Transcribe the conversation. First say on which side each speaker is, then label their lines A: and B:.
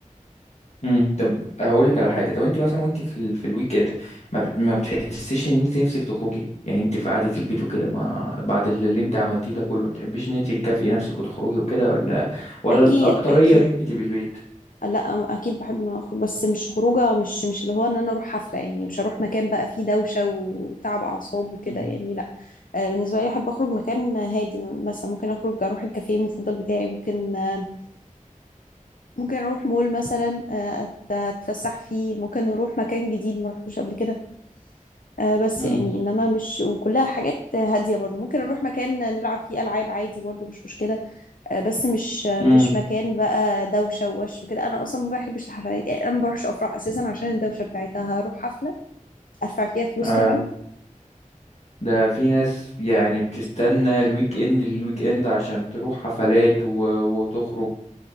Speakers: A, on the left; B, on the left.
A: امم طب هقول لك على حاجه طب انت مثلا وانت في ال... في الويك اند ما, بت... ما بتحسيش ان انت نفسك تخرجي يعني انت في قعده البيت وكده ما بعد اللي اللي انت عملتيه ده كله ما بتحبيش ان انت تكافئي نفسك وتخرجي وكده ولا ولا
B: اكيد
A: الاكتريه
B: اكيد
A: ان انت تبقي البيت
B: لا اكيد بحب ان أنا اخرج بس مش خروجه مش مش اللي هو ان انا اروح حفله يعني مش هروح مكان بقى فيه دوشه وتعب اعصاب وكده
A: امم
B: يعني لا آه، بالنسبه لي احب اخرج مكان هادي مثلا ممكن اخرج اروح الكافيه المفضل بتاعي ممكن آه، ممكن اروح مول مثلا آه، أت- اتفسح فيه ممكن اروح مكان جديد ما رحتوش قبل كده آه، بس
A: امم
B: يعني انما مش وكلها حاجات هاديه برضو ممكن اروح مكان نلعب فيه العاب عادي برضو مش مشكله آه، بس مش مش
A: امم
B: مكان بقى دوشه ووش وكده انا اصلا ما بحبش الحفلات يعني انا ما بروحش افراح اساسا عشان الدوشه بتاعتها هروح حفله ادفع فيها فلوس
A: آه.
B: كمان
A: ده في ناس يعني بتستنى الويك اند الويك اند عشان تروح حفلات و... وتخرج